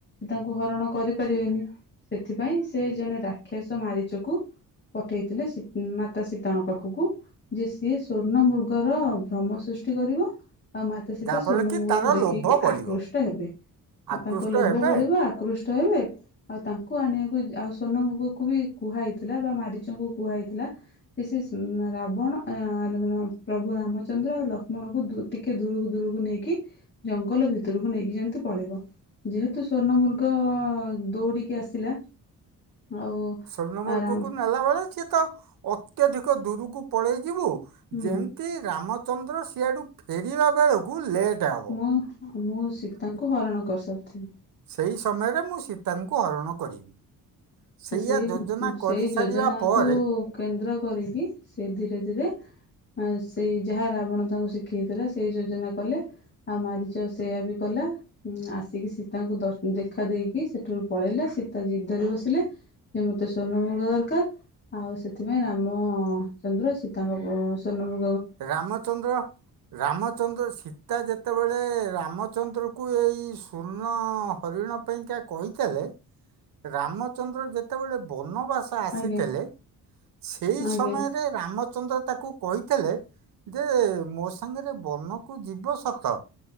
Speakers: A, on the left; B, on the right.
A: ତାଙ୍କୁ ହରଣ କରିପାରିବେନି ସେଥିପାଇଁ ସେ ଜଣେ ରାକ୍ଷସ ମାରିଚକୁ ପଠେଇଥିଲେ ସୀତ୍ ମାତା ସୀତାଙ୍କ ପାଖକୁ ଯେ ସିଏ ସ୍ଵର୍ଣ୍ଣ ମୃଗର ଭ୍ରମ ସୃଷ୍ଟି କରିବ। ଆଉ ମାତା ସୀତା
B: ଯାହାଫଳରେ
A: ସ୍ୱର୍ଣ୍ଣ
B: କି
A: ମୁଗକୁ
B: ତାର
A: ଦେଖିକି
B: ଲୋଭ ବଳିବ
A: ଆକୃଷ୍ଟ ହେବେ ଆଉ
B: ଆକୃଷ୍ଟ
A: ତାଙ୍କ ଲୋଭ
B: ହେବେ
A: ବଢିବ ଆକୃଷ୍ <unintelligible> ଆଉ ତାଙ୍କୁ ଆଣିବାକୁ ଆଉ ସ୍ବର୍ଣ୍ଣ ମୃଗ କୁ ବି କୁହା ହେଇଥିଲା ବା ମାରିଚଙ୍କୁ କୁହାଇଥିଲା ଯେ ସେ ରାବଣ ଏ ଲ ଲ ପ୍ରଭୁ ରାମଚ ଚନ୍ଦ୍ର ଆଉ ଲକ୍ଷ୍ମଣଙ୍କୁ ଦୂ ଟିକେ ଦୂରକୁ ଦୂରକୁ ନେଇକି ଜଙ୍ଗଲ ଭିତରକୁ ନେଇକି ଯେମିତି ପଳେଇବ ଯେହେତୁ ସ୍ଵର୍ଣ୍ଣ ମୃଗ ଦଉଡ଼ିକି ଆସିଲା ଆଉ
B: ସର୍ଣ୍ଣ ମୃଗ
A: ଆରାମ
B: କୁ ନଲାବେଳେ ଛି ତ ଅତ୍ୟଧିକ ଦୂରକୁ ପଳେଇ ଯିବୁ
A: ହୁଁ
B: ଯେମିତି ରାମ ଚନ୍ଦ୍ର ସିଆଡ଼ୁ ଫେରିବା ବେଳକୁ ଲେଟ୍ ହେବ
A: ମୁଁ ମୁଁ ସୀତାଙ୍କୁ ହରଣ କରିସାରିଥିବି।
B: ସେଇ ସମୟରେ ମୁଁ ସୀତାଙ୍କୁ ହରଣ କରିବି। ସେଇଆ
A: ତ ସେଇ
B: ଯୋଜନା
A: ସେଇ
B: କରିସାରିବା
A: ଯୋଜନାକୁ
B: ପରେ
A: କେନ୍ଦ୍ର କରିକି ସେ ଧୀରେ ଧୀରେ ସେଇ ଯାହା ରାବଣ ତାଙ୍କୁ ଶିଖେଇଥିଲେ ସେଇ ଯୋଜନା କଲେ ଆଉ ମାରିଚ ସେୟା ବି କଲା ଆସିକି ସୀତାଙ୍କୁ ଦ ଦେଖା ଦେଇକି ସେଠୁ ପଳେଇଲେ ସୀତା ଜିଦ୍‌ ଧରି ବସିଲେ ଯେ ମତେ ସ୍ଵର୍ଣ୍ଣ ମୃଗ ଦରକାର ଆଉ ସେଥିପାଇଁ ରାମ ଚନ୍ଦ୍ର ସୀତାଙ୍କ ସ୍ଵର୍ଣ୍ଣ ମୃ
B: ରାମଚନ୍ଦ୍ର ରାମଚନ୍ଦ୍ର ସୀ ତା ଯେତେବେଳେ ରାମଚନ୍ଦ୍ରକୁ ଏଇ ସ୍ଵର୍ଣ୍ଣ ହରିଣ ପାଇଁକା କହିଥିଲେ ରାମଚନ୍ଦ୍ର ଯେତେବେଳେ ବନବାସ ସ ଆସିଥିଲେ
A: ଆଜ୍ଞା
B: ସେଇ
A: ଆଜ୍ଞା
B: ସମୟରେ ରାମ ଚନ୍ଦ୍ର ତାକୁ କହିଥିଲେ ଯେ ମୋ ସାଙ୍ଗରେ ବନକୁ ଯିବ ସତ